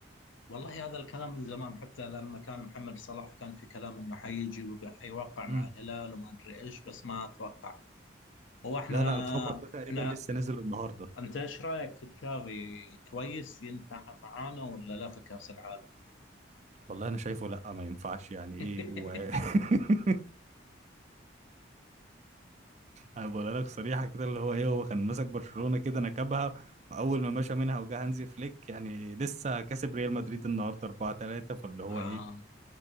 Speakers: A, on the left; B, on the right.
A: والله هذا الكلام من زمان حتى لما كان محمد صلاح كان في كلام انه حيجي وحيوقع مع
B: امم
A: الهلال وما ادري ايش بس ما اتوقع هو احنا
B: لا لا الخبر ده تقريبا
A: احنا
B: لسه نازل النهارده
A: انت ايش رايك في تشافي كويس ينفع معانا ولا لا في كاس العالم؟
B: والله انا شايفه لا ما ينفعش يعني ايه
A: <laughs>
B: و <laughs> انا بقول لك صريحه كده اللي هو ايه هو كان ماسك برشلونه كده نكبها واول ما مشى منها وجا هانزي فليك يعني لسه كسب ريال مدريد النهارده 4 3 فاللي هو
A: آه.
B: ايه